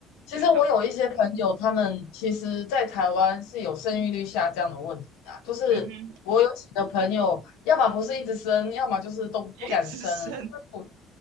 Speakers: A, on the left; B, on the right.
A: 其实我有一些朋友，
B: 对，享，嗯
A: 他们其实，在台湾是有生育率下降的问题啊。就是我有几个朋友，
B: 嗯哼。
A: 要么不是一直生，要么就是都不敢生。
B: <laughs> 一直升，
A: 我